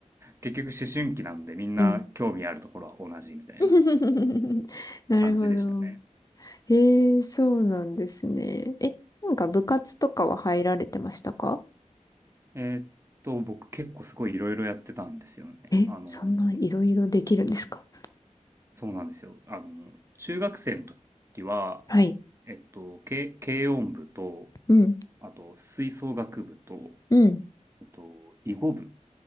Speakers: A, on the right; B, on the left.
A: 結局思春期なんでみんな興味あるところは同じみたいな
B: うん。<laughs> なるほど。
A: 感じでしたね。
B: へえ、そうなんですね。え、なんか部活とかは入られてましたか
A: えーっと、僕結構すごいいろいろやってたんですよね。
B: え、
A: あのー、
B: そんないろいろできるんですか
A: そうなんですよ。あの中学生の時は、
B: はい。
A: えっと、軽、軽音部と、
B: うん。
A: あと吹奏楽部と、
B: うん。
A: えっと、囲碁部、